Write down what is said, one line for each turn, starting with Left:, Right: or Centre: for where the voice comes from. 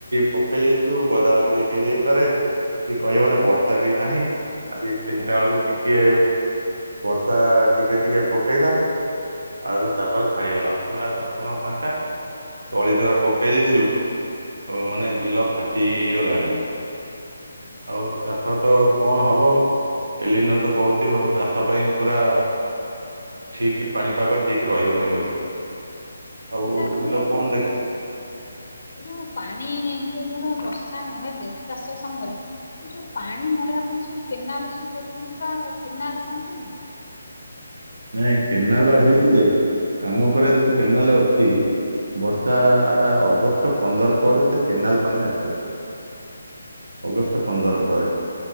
Right: ପକେଇ ଦେଇଥିବୁ ଗଜାମରୁଡି ହେଇଯାଇପାରେ। କିଛି କହି ହବନି ନା ବର୍ଷା ବି ନାହିଁ ଆଜି ତିନିଟା ବେଳକୁ ଟିକେ ବର୍ଷା ଟିକେ ଟିକେ ପକେଇଲା। ଆଉ ତାପରେ ଛାଡିଗଲା ପୁରା ସମ୍ପୂର୍ଣ୍ଣ ଫାଙ୍କା ତଳି ଦ୍ଵାରା ପକେଇ ଦେଇଥିଲୁ ଓ ମାନେ ବିଲ ଫାଟି ଗଲାଣି। ଆଉ ଚାଷ ତ କଣ ହବ। ଏଲିନ ତ କହୁଚି ବର୍ ଚାଷ ପାଇଁ ପୁରା ଠିକ ପାଣିପାଗ ଠିକ ରହିବନି ବୋଲିକି। ଆଉ
Left: ଆଚ୍ଛା ଏ ଯୋଉ
Right: ବିଲ କଣ ଦେଖ
Left: ଏ ଯୋଉ ପାଣି ଯୋଉ ଧର ବର୍ଷା ନହେଲେ ଚାଷ ସମୟରେ ଏ ଯେଉଁ ପାଣି ମଡ଼େଇବା ପାଇଁ ସବୁ କେନାଲ ସବୁ କରୁଚନ୍ତି ବା କେନାଲ କଣ ହେଇନି?
Right: ନାଇଁ କେନାଲ ହେଇଚି ଜେ ଆମ ଘରେ ଯୋଉ କେନାଲ ଅଛି ବର୍ଷା ଅଗଷ୍ଟ ପନ୍ଦର ପରେ ସେ କେନାଲ ପାଣି ଆସେ। ଅଗଷ୍ଟ ପନ୍ଦର ପରେ।